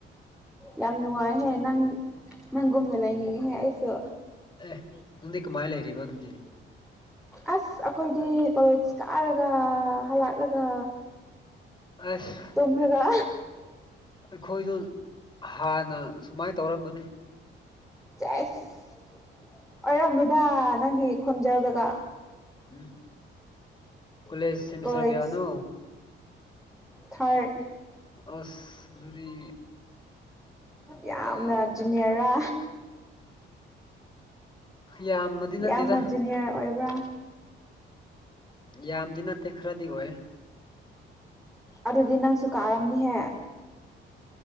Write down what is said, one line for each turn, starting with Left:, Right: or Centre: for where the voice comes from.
Centre: ꯌꯥꯝ ꯅꯨꯡꯉꯥꯏꯍꯦ ꯅꯪ ꯅꯪꯒꯨꯝꯅ ꯂꯩꯅꯤꯡꯉꯤꯍꯦ ꯑꯩꯁꯨ
Left: ꯑꯦ ꯅꯪꯗꯤ ꯀꯃꯥꯏ ꯂꯩꯔꯤꯕ ꯑꯗꯨꯗꯤ
Centre: ꯑꯁ ꯑꯈꯣꯏꯗꯤ ꯀꯣꯂꯦꯖ ꯀꯥꯔꯒ ꯍꯜꯂꯛꯂꯒ
Left: ꯑꯁ
Centre: ꯇꯨꯝꯃꯒ
Left: ꯑꯩꯈꯣꯏꯗꯣ ꯍꯥꯟꯅ ꯁꯨꯃꯥꯏꯅ ꯇꯧꯔꯝꯕꯅꯦ
Centre: ꯁꯦꯁ ꯑꯣꯏꯔꯝꯃꯣꯏꯗꯥ ꯅꯪꯒꯤ ꯈꯣꯟꯖꯦꯜꯗꯒ
Left: ꯎꯝ ꯀꯣꯂꯦꯖ ꯁꯦꯃꯤꯁꯇꯔꯒꯤꯌꯥꯅꯣ
Centre: ꯀꯣꯂꯦꯖ ꯊꯥꯔꯠ
Left: ꯑꯁ ꯑꯗꯨꯗꯤ
Centre: ꯌꯥꯝꯅ
Left: ꯗ
Centre: ꯖꯨꯅꯤꯌꯦꯔꯔꯥ
Left: ꯌꯥꯝꯃꯗꯤ ꯅꯠꯇꯦꯗ
Centre: ꯌꯥꯝꯅ ꯖꯨꯅꯤꯌꯔ ꯑꯣꯏꯕ꯭ꯔꯥ
Left: ꯌꯥꯝꯗꯤ ꯅꯠꯇꯦ ꯈꯔꯗꯤ ꯑꯣꯏꯌꯦ
Centre: ꯑꯗꯨꯗꯤ ꯅꯪꯁꯨ ꯀꯥꯔꯝꯅꯤꯍꯦ